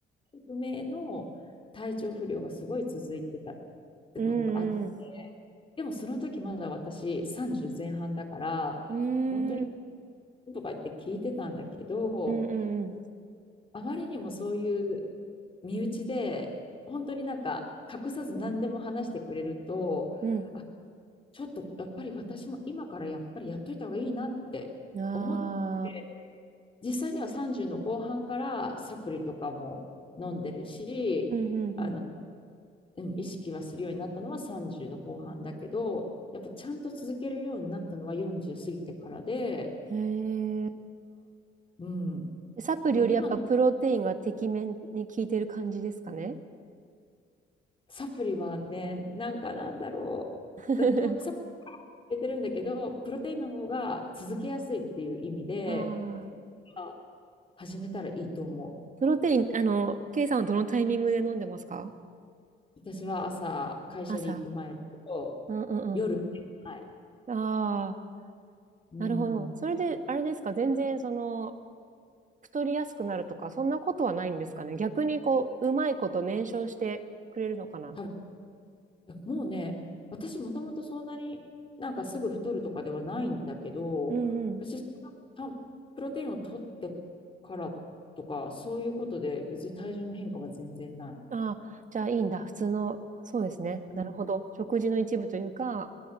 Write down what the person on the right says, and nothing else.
うんうん
うん。うんうんうん。
うんうん
うん。
ああ、
うんうん
うん。へえ。
サプリよりやっぱプロテインがてきめんに効いてる感じですかね。
<laughs>
ああ、
プロテイン、あの、ケイさんはどのタイミングで飲んでますか
朝。うんうん
うん。ああ、
なるほど。それで、あれですか、全然その、太りやすくなるとか、そんなことはないんですかね。逆にこう、うまいこと燃焼してくれるのかな。
うんうん。
ああ、じゃあいいんだ。普通の、そうですね。
なるほど。食事の一部というか、